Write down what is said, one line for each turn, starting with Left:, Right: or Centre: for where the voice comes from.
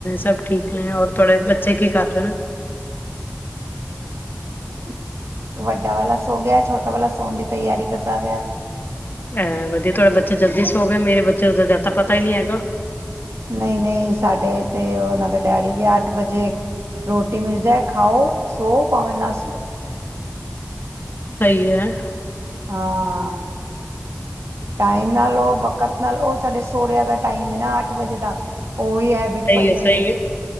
Left: ਸਭ ਠੀਕ ਨੇ ਔਰ ਥੋੜੇ ਬੱਚੇ ਕੀ ਕਰ ਰਹੇ ਨੇ?
Right: ਇੱਕ ਵੱਡਾ ਵਾਲਾ ਸੋ ਗਿਆ ਛੋਟਾ ਵਾਲਾ ਸੋਣ ਦੀ ਤਿਆਰੀ ਕਰਦਾ ਪਿਆ।
Left: ਐਂ ਵਧੀਆ, ਤੁਹਾਡਾ ਬੱਚਾ ਜਲਦੀ ਸੋ ਗਿਆ, ਮੇਰੇ ਬੱਚੇ ਨੂੰ ਤਾਂ ਜ਼ਿਆਦਾ ਪਤਾ ਹੀ ਨਹੀਂ ਹੈਗਾ।
Right: ਨਹੀਂ ਨਹੀਂ, ਸਾਡੇ ਤੇ ਉਹਨਾਂ ਦੇ ਡੈਡੀ ਵੀ ਅੱਠ ਵਜੇ ਰੋਟੀ ਮਿਲ ਜਾਏ, ਖਾਉ, ਸੋ ਭਾਵੇਂ ਨਾ ਸੋ।
Left: ਸਹੀ ਏ।
Right: ਹਾਂ, ਟਾਈਮ ਨਾਲ ਉਹ ਵਕਤ ਨਾਲ ਉਹ ਸਾਡੇ <unintelligible> ਦਾ, ਟਾਈਮ ਨਾ ਅੱਠ ਵਜੇ ਦਾ, ਉਹੀ ਹੈਬਿਟ ਪਈ
Left: ਹੈ ਸਹੀ
Right: ਹੋਈ ਏ।
Left: ਹੈ।